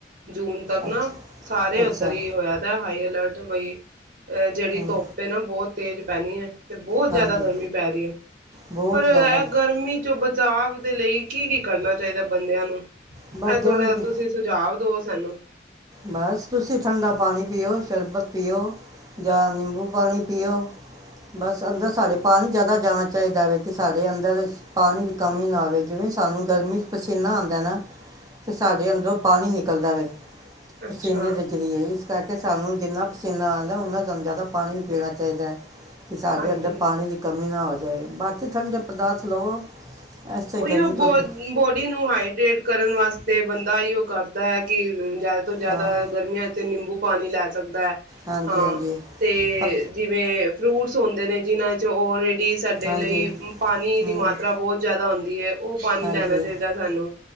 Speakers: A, on the right; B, on the right.
A: ਜੂਨ ਤੱਕ ਨਾ
B: ਅੱਛਾ
A: ਸਾਰੇ
B: ਅੱਛਾ
A: ਉੱਧਰ ਹੀ ਹੋਇਆ ਦਾ ਹਾਈ ਅਲਰਟ। ਦੁਬਈ। ਅ ਜਿਹੜੀ
B: ਹਮ,
A: ਧੋੱਪ ਹੈ ਨਾ ਬਹੁਤ ਤੇਜ਼ ਪੈਣੀ ਹੈ। ਤੇ ਬਹੁਤ ਜਿਆਦਾ
B: ਹਾਂਜੀ
A: ਗਰਮੀ ਪੈ ਰਹੀ ਹੈ
B: ਬਹੁਤ
A: ਪਰ
B: ਜ਼ਿਆਦਾ
A: ਗਰਮੀ ਚ ਬ <inaudible> ਦੇ ਲਈ ਕੀ ਕੀ ਕਰਨਾ ਚਾਹੀਦਾ ਬੰਦਿਆਂ ਨੂੰ।
B: ਬੱਦਿਆਂ
A: ਇਹ ਥੋੜਾ
B: ਨੂੰ ਕੀ
A: ਤੁਸੀਂ ਸੁਝਾਵ ਦਓ ਸਾਨੂੰ।
B: ਬਸ ਤੁਸੀਂ ਠੰਡਾ ਪਾਣੀ ਪੀਓ। ਸ਼ਰਬਤ ਪੀਓ ਜਾਂ ਨਿੰਬੂ ਪਾਣੀ ਪੀਓ। ਬਸ ਅੰਦਰ ਸਾਡੇ ਪਾਣੀ ਜ਼ਿਆਦਾ ਜਾਣਾ ਚਾਹੀਦਾ ਵੈ ਕਿ ਸਾਡੇ ਅੰਦਰ ਪਾਣੀ ਦੀ ਕਮੀ ਨਾ ਆਵੇ ਜਿਵੇਂ ਸਾਨੂੰ ਗਰਮੀ ਚ ਪਸੀਨਾ ਆਦਾ ਨਾ। ਤੇ ਸਾਡੇ ਅੰਦਰੋਂ ਪਾਣੀ ਨਿਕਲਦਾ ਵੈ।
A: ਅੱਛਾ
B: ਪਸੀਨੇ ਦੇ ਜਰੀਏ। ਕਰਕੇ ਸਾਨੂੰ ਜਿੰਨਾ ਪਸੀਨਾ ਆਉਂਦਾ ਉਹਨਾਂ ਸਾਨੂੰ ਜ਼ਿਆਦਾ ਪਾਣੀ ਵੀ ਪੀਣਾ ਚਾਹੀਦਾ। ਸਾਡੇ
A: ਹਾਂਜੀ
B: ਅੰਦਰ ਪਾਣੀ ਦੀ ਕਮੀ ਨਾ ਆਵੇ। <unintelligible> ਬਾਕੀ ਠੰਡੇ ਪਦਾਰਥ ਲਵੋ। ਐਸੇ
A: ਉਹੀ
B: ਗਰਮੀ
A: ਉਹ ਬ
B: ਤੋਂ ਦ-
A: ਬੋਡੀ ਨੂੰ ਹਾਈਡ੍ਰੇਟ ਕਰਨ ਵਾਸਤੇ ਤੇ ਬੰਦਾ ਉਹ ਕਰਦਾ ਹੈ ਕਿ ਜ਼ਿਆਦਾ ਤੋਂ ਜ਼ਿਆਦਾ
B: ਹਾਂ
A: ਗਰਮੀਆਂ ਅਤੇ ਨਿੰਬੂ ਪਾਣੀ ਲੈ ਸਕਦਾ ਹੈ
B: ਹਾਂਜੀ
A: ਹਾਂ
B: ਹਾਂਜੀ
A: ਤੇ
B: ਪਤ
A: ਜਿਵੇਂ ਫਰੂਟਸ ਹੁੰਦੇ ਨੇ ਜਿਨ੍ਹਾਂ ਚ ਉਹ ਰੇ ਸਾਡੇ
B: ਹਾਂਜੀ
A: ਲਈ ਪਾਣੀ
B: ਹੂੰ
A: ਦੀ ਮਾਤਰਾ ਬਹੁਤ ਜਿਆਦਾ ਹੁੰਦੀ ਦੀਏ ਉਹ ਪਾਣੀ
B: ਹਾਂਜੀ
A: ਲੈਣਾ ਚਾਹੀਦਾ ਸਾਨੂੰ